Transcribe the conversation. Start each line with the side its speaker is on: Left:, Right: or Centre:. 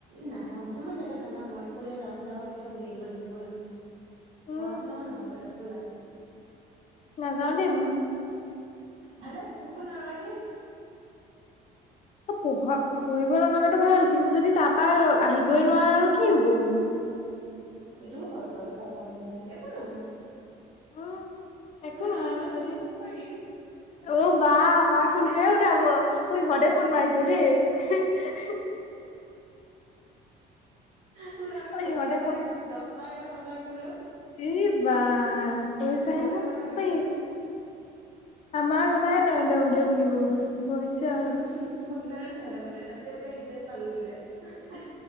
Right: নাই অসমৰ জেগাত নাযাও নৰ্থ কোৰিয়া যাও বলা আৰু কেতিয়াও ঘূৰি আহিব নোৱাৰিম বলি পঢ়া
Left: উম
Right: শুনাও নহ'ব তাত বলা
Left: নাযাও দেই মই
Right: ভালে পঢ়িব নালাগে।
Left: পঢ়া পঢ়িব নলগাতো ভাল কিন্তু যদি তাৰ পৰা আহিবই নোৱাৰা আৰু কি হ'বগৈ।
Right: সেইটো হয় বাৰু তাৰ পৰা আহিব নোৱাৰিম একো নহয়।
Left: উম একো
Right: আমি নৰেন্দ্ৰ
Left: নহয়
Right: মোদীক
Left: হয় দে।
Right: ফোন কৰি দিম
Left: অ বা আমাৰ ফোনটোহে উঠাব সিহঁতে ফোন মাৰিছে দেই।
Right: বলো আমি
Left: অ
Right: ফজি
Left: ইহঁতে
Right: গলো ইয়াক দহ লৱাকেইটাক মাতক বোলো
Left: এই বা কৈ চাহে
Right: ঘৰলৈ
Left: ন
Right: যাব লাগে
Left: অ
Right: আমি
Left: ই আমাৰ কথাহে ন ৰেন্দ্ৰ মোডীয়ে শুনিব বোলে হৈছে আৰু
Right: হু ফোনডালে নোথালে বোলে তাতে বোলে ইজ্জত পালো বোলে আহা হে